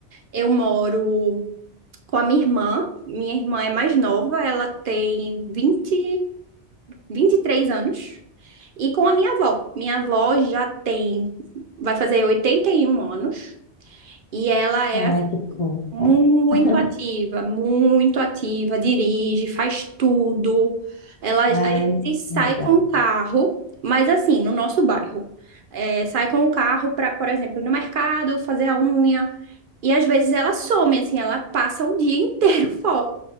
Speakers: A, on the right; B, on the left.
A: eu moro com a minha irmã. Minha irmã é mais nova, ela tem vinte, vinte e três anos. E com a minha avó. Minha avó já tem, vai fazer 81 anos. E ela era
B: ai,
A: assim,
B: que fofo.
A: muito
B: <laughs>
A: ativa, muito ativa, dirige, faz tudo. Ela
B: Ai,
A: às
B: muito
A: vezes sai
B: legal.
A: com o carro, mas assim, no nosso bairro. É, sai com o carro para, por exemplo, ir no mercado, fazer a unha. E às vezes ela some, assim, ela passa o dia inteiro <laughs> fora.